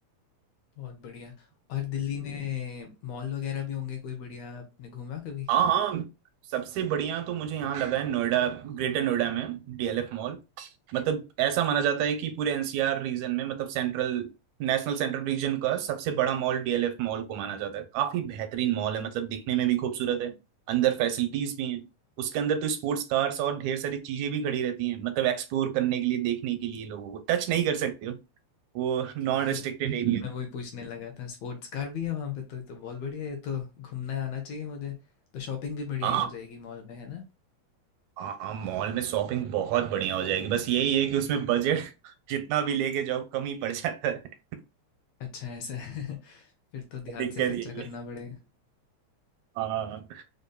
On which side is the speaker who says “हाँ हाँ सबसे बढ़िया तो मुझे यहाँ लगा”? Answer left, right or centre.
Right